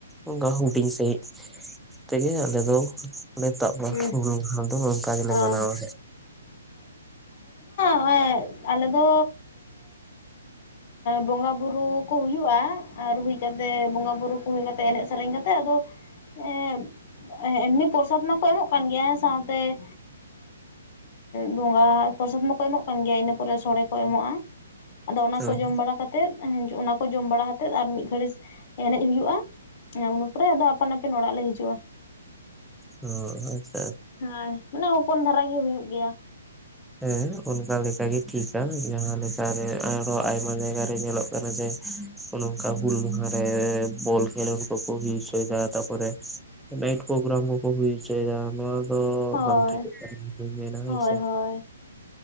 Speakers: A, in the centre; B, on the left.
A: ᱚᱱᱠᱟ ᱦᱩᱰᱤᱧ ᱥᱟᱺᱦᱤᱡ ᱛᱮᱜᱮ ᱟᱞᱮ ᱫᱚ ᱛᱟᱜᱵᱟᱫᱽ
B: ᱦᱩᱸ
A: ᱵᱩᱨᱩ ᱟᱫᱚ ᱱᱚᱝᱠᱟ ᱜᱮᱞᱮ
B: ᱚ
A: ᱢᱟᱱᱟᱣᱟ
B: ᱱᱚᱜᱼᱭᱮ ᱟᱞᱮ ᱫᱚ ᱵᱚᱸᱜᱟ ᱵᱩᱨᱩ ᱠᱚ ᱦᱩᱭᱩᱜᱼᱟ ᱟᱨ ᱦᱩᱭ ᱠᱟᱛᱮᱜ ᱵᱚᱸᱜᱟ ᱵᱩᱨᱩ ᱠᱚ ᱦᱩᱭ ᱠᱟᱛᱮ ᱮᱱᱮᱡ ᱥᱮᱨᱮᱧ ᱠᱟᱛᱮᱜ ᱟᱫᱚ ᱮᱸ ᱮᱢᱱᱤ ᱯᱚᱨᱥᱟ ᱮᱢᱚᱜ ᱠᱟᱱ ᱜᱮᱭᱟ ᱥᱟᱶᱛᱮ ᱵᱚᱸᱜᱟ ᱯᱨᱚᱥᱟᱚᱫ ᱢᱟᱠᱚ ᱮᱢᱚᱜ ᱠᱟᱱ ᱜᱮᱭᱟ ᱤᱱᱟᱹ ᱯᱚᱨ ᱛᱟᱯᱚᱨᱮ ᱥᱳᱲᱮ ᱠᱚ ᱮᱢᱚᱜᱼᱟ ᱟᱫᱚ ᱚᱱᱟ
A: ᱦᱮᱸ
B: ᱠᱚ ᱡᱚᱢ ᱵᱟᱲᱟ ᱠᱟᱛᱮᱜ ᱚᱱᱟᱠᱚ ᱡᱚᱢ ᱵᱟᱲᱟ ᱠᱟᱛᱮᱜ ᱟᱨ ᱢᱤᱫ ᱜᱷᱟᱹᱲᱤᱡ ᱮᱱᱮᱡ ᱦᱩᱭᱩᱜᱼᱟ ᱤᱱᱟᱹ ᱯᱚᱨᱮ ᱟᱫᱚ ᱟᱯᱟᱱ ᱟᱹᱯᱤᱱ ᱚᱲᱟᱜ ᱞᱮ ᱦᱤᱡᱩᱜᱼᱟ᱾
A: ᱚ ᱟᱪ
B: ᱦᱟᱭ ᱢᱟᱱᱮ ᱦᱚᱯᱚᱱ ᱫᱷᱟᱨᱟ ᱜᱮ ᱦᱩᱭᱩᱜ ᱜᱮᱭᱟ᱾
A: ᱦᱮᱸ ᱚᱱᱠᱟ ᱞᱮᱠᱟᱜᱤ ᱴᱷᱤᱠᱟ ᱡᱟᱦᱟᱸ ᱞᱮᱠᱟᱨᱮ ᱟᱨᱦᱚᱸ ᱟᱭᱢᱟ ᱡᱟᱭᱜᱟ ᱨᱮ ᱧᱮᱞᱚᱜ ᱠᱟᱱᱟ ᱡᱮ ᱚᱱᱠᱟ ᱦᱩᱞ ᱢᱟᱦᱟᱸ ᱨᱮ ᱵᱚᱞ ᱠᱷᱮᱸᱞᱚᱰ ᱠᱚ ᱠᱚ ᱦᱩᱭ ᱦᱚᱪᱚᱭ ᱫᱟ ᱛᱟᱯᱚᱨᱮ ᱱᱟᱭᱤᱴ ᱯᱨᱳᱜᱨᱟᱢ ᱠᱚ ᱠᱚ ᱦᱩᱭ ᱦᱚᱪᱚᱭ ᱫᱟ ᱱᱚᱣᱟ ᱫᱚ
B: ᱦᱳᱭ
A: ᱵᱟᱝ ᱴᱷᱤᱠᱚᱜ ᱠᱟᱱᱟ ᱤᱧ ᱫᱩᱧ ᱢᱮᱱᱟ
B: ᱦᱳᱭ
A: ᱦᱮᱸ ᱥᱮ᱾
B: ᱦᱳᱭ